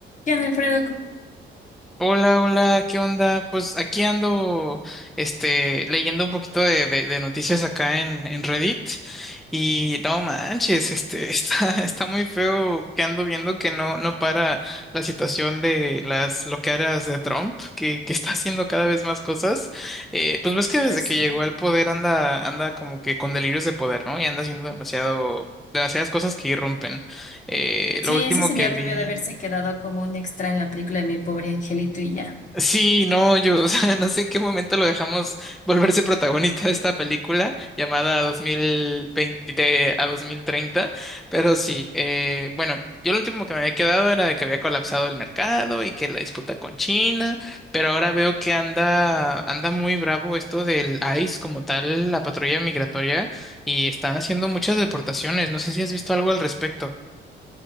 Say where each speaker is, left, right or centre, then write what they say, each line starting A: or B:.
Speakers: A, on the left; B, in the centre.
A: Gian Alfredo, Co-
B: Hola, hola, ¿qué onda? Pues aquí ando, este, leyendo un poquito de, de- de noticias acá en, en Reddit y no manches, este, <laughs> está, está muy feo que ando viendo que no, no para la situación de las loqueras de Trump, que, que está haciendo cada vez más cosas. Eh, pues ves que
A: no
B: desde
A: ese.
B: que llegó
A: Sí,
B: al poder anda, anda como que con delirios de poder, ¿no? Y anda haciendo demasiado, demasiadas cosas que irrumpen. Eh,
A: Sí,
B: lo último
A: ese señor
B: que vi.
A: debió de haberse quedado como un extra en la película de Mi pobre angelito y ya.
B: Sí, no, yo, <laughs> o sea, no sé en qué momento lo dejamos volverse protagonista de esta película llamada 2020 a 2030, pero sí, eh, bueno, yo lo último que me había quedado era de que había colapsado el mercado y que la disputa con China, pero ahora veo que anda, anda muy bravo esto del ICE como tal, la patrulla migratoria, y están haciendo muchas deportaciones, no sé si has visto algo al respecto.